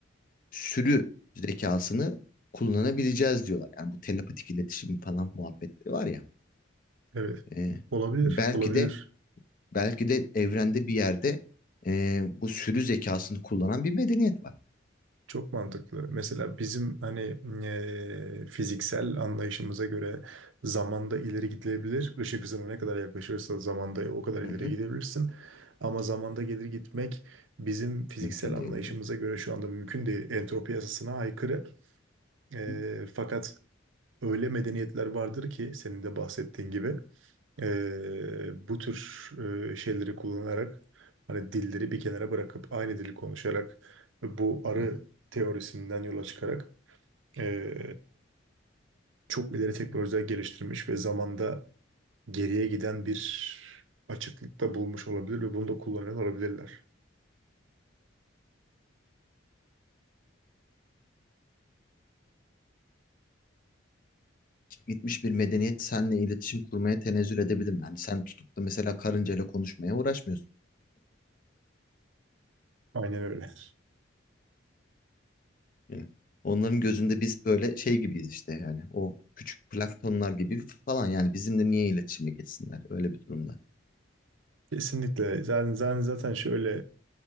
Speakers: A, on the left (about 45°); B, on the right (about 80°).
A: sürü zekasını kullanabileceğiz diyorlar. Yani bu telepatik iletişim falan muhabbetleri var ya.
B: Evet.
A: e,
B: Olabilir.
A: belki
B: Olabilir.
A: de Belki de evrende bir yerde e, bu sürü zekasını kullanan bir medeniyet var.
B: Çok mantıklı. Mesela bizim hani eee, fiziksel anlayışımıza göre zamanda ileri gidilebilir. Işık hızına ne kadar yaklaşırsa zamanda o kadar ileri
A: Hı hı,
B: gidebilirsin. Ama zamanda gelir gitmek bizim fiziksel
A: mümkün değil
B: anlayışımıza
A: diyor.
B: göre şu anda mümkün değil. Entropi yasasına aykırı. Eee,
A: Hı
B: fakat öyle medeniyetler vardır ki senin de bahsettiğin gibi. Ee, bu tür e, şeyleri kullanarak hani dilleri bir kenara bırakıp aynı dili konuşarak ve bu arı
A: hı. hı.
B: teorisinden yola çıkarak e, çok ileri teknolojiler geliştirmiş ve zamanda geriye giden bir açıklıkta bulmuş olabilir ve bunu da kullanıyor olabilirler.
A: Gitmiş bir medeniyet seninle iletişim kurmaya tenezzül edebilir mi? Yani sen tutup da mesela karıncayla konuşmaya uğraşmıyorsun.
B: Aynen öyle. <laughs>
A: Yani onların gözünde biz böyle şey gibiyiz işte yani o küçük planktonlar gibi falan yani bizimle niye iletişime geçsinler öyle bir durumda.
B: Kesinlikle. Zaten zaten zaten şöyle